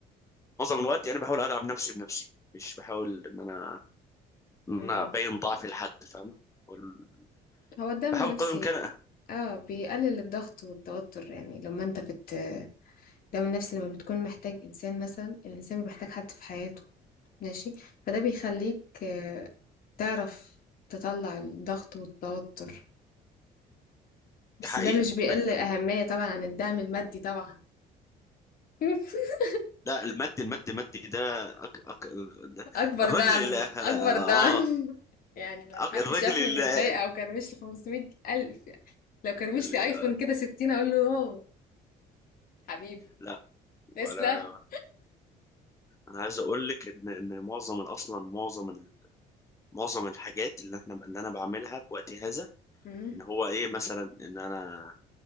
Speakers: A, on the left (about 15°); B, on the left (about 60°).
A: الوقت يعني بحاول ادعم نفسي بنفسي مش بحاول ان انا ان
B: امم
A: انا ابين ضعفي لحد فاهمه وال-
B: هو الدعم
A: بحاول
B: النفسي
A: قدر الامكان
B: اه بيقلل الضغط والتوتر يعني لما انت بت الدعم النفسي لما بتكون محتاج انسان مثلا الانسان بيبقى محتاج حد في حياته ماشي فده بيخليك آه، تعرف تطلع الضغط والتوتر بس
A: دي حقيقه
B: ده مش بيقل
A: م-
B: أهمية طبعا عن الدعم المادي طبعا <laughs>
A: لا المد المد المد ده, أك... أك... ده
B: اكبر
A: الراجل
B: دعم
A: اللي اه
B: اكبر دعم <laughs> يعني لو
A: أك-
B: حد
A: الراجل
B: شافني
A: اللي
B: متضايقة
A: يعني
B: او كرمش لي 500 الف لو كرمش
A: آه،
B: لي ايفون كده 60 اقول له اوه حبيبي
A: لا
B: تسلا
A: انا انا عايز اقول لك ان ان معظم اصلا معظم معظم الحاجات اللي احنا اللي انا بعملها في وقتي هذا
B: مم.
A: ان هو ايه مثلا ان انا